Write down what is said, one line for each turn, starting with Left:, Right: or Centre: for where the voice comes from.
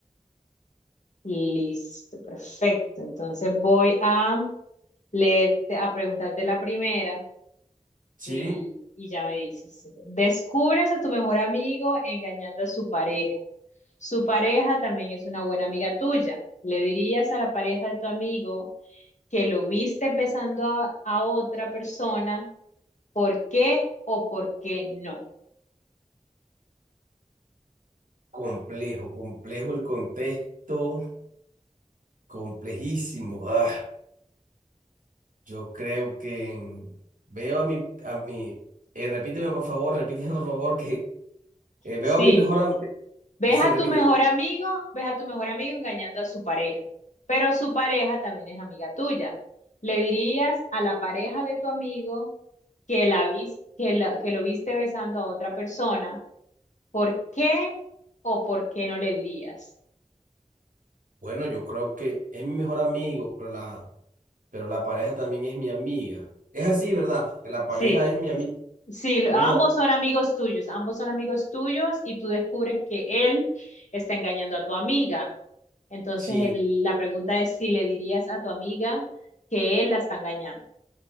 Left: Listo, perfecto. Entonces voy a leerte, a preguntarte la primera. Y,
Right: Sí,
Left: y ya me dices, descubres a tu mejor amigo engañando a su pareja. Su pareja también es una buena amiga tuya. Le dirías a la pareja de tu amigo que lo viste besando a, a otra persona, ¿por qué o por qué no?
Right: complejo, complejo el contexto, complejísimo. Ah, yo creo que mm, veo a mi, a mi, eh, repíteme por favor, repíteme por favor, que eh, veo
Left: Sí.
Right: a mi mejor amigo,
Left: Ves
Right: sí,
Left: a
Right: repíteme.
Left: tu mejor amigo, ves a tu mejor amigo engañando a su pareja, pero su pareja también es amiga tuya. Le dirías a la pareja de tu amigo que la vis- que la- que lo viste besando a otra persona, ¿por qué o por qué no le dirías?
Right: Bueno, yo creo que es mi mejor amigo, pero la, pero la pareja también es mi amiga. Es así, ¿verdad? Que la pareja
Left: Sí,
Right: es mi amiga.
Left: sí, lo-
Right: No,
Left: ambos son amigos tuyos, ambos son amigos tuyos y tú descubres que él está engañando a tu amiga. Entonces
Right: sí,
Left: el- la pregunta es si le dirías a tu amiga que él la está engañando.